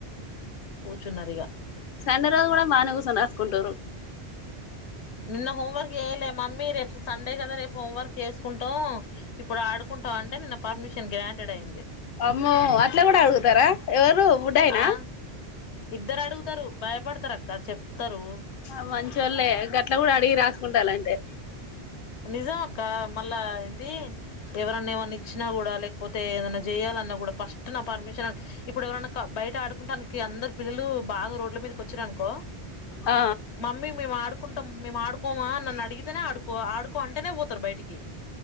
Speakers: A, on the left; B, on the left.
A: కూర్చున్నారిగా.
B: సండే రోజు కూడా బానే కూర్చొని రాసుకుంటురు.
A: నిన్న హోంవర్క్ చేయలే మమ్మీ రేపు సండే కదా రేపు హోంవర్క్ చేసుకుంటాం. ఇప్పుడు ఆడుకుంటాం అంటే నిన్న పర్మిషన్ గ్రాంటెడ్ అయింది.
B: అమ్మో అట్లే కూడా అడుగుతారా? ఎవరు బుడ్డాయనా
A: ఆ ఇద్దరు అడుగుతారు భయపడతారు అక్కా చెప్తారు.
B: ఆ మంచోల్లే గట్ల కూడా అడిగి రాసుకుంటాలంటే.
A: నిజం అక్కా మళ్ళా ఏంది ఎవరన్నా ఏమన్నా ఇచ్చినా కూడా లేక పోతే ఏదనా చేయాలన్న కూడా ఫస్ట్ నా పర్మిషన్, ఇప్పుడు ఎవరన్నా బయట ఆడుకుంటానికి అందరూ పిల్లలు బాగా రోడ్ల మీదకి వచ్చిరునుకో
B: ఆ
A: మమ్మీ మేము ఆడుకుంటాం. మేము ఆడుకోమా? నన్ను అడిగితేనే ఆడుకో ఆడుకో అంటేనే పోతారు బయటికి.